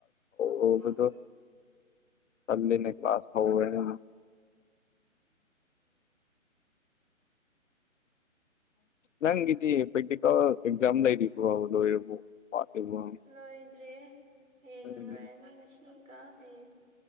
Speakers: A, on the right; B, on the left.
A: ꯍꯣꯏ ꯗꯨ
B: ꯍꯧꯕꯗꯣ
A: ꯃꯥ <inaudible>
B: ꯇꯜꯂꯤꯅꯦ ꯀ꯭ꯂꯥꯁ ꯍꯧꯔꯦꯅ
A: ꯑꯣ
B: ꯅꯪꯒꯤꯗꯤ ꯄ꯭ꯔꯦꯛꯇꯤꯀꯦꯜ ꯑꯦꯛꯖꯥꯝ ꯂꯩꯔꯤꯕ꯭ꯔꯣ ꯂꯣꯏꯔꯕꯣ ꯋꯥꯠꯂꯤꯕꯣ
A: ꯂꯣꯏꯠ ꯗ꯭ꯔꯌꯦ ꯍꯌꯦꯡ
B: ꯎꯝ
A: ꯂꯣꯏꯔꯅꯤ ꯉꯁꯤꯒ ꯍꯌꯦꯡ